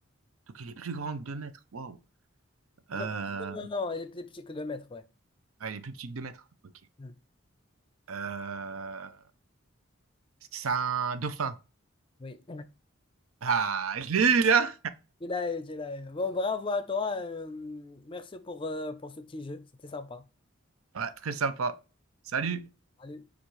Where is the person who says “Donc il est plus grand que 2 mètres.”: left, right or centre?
Right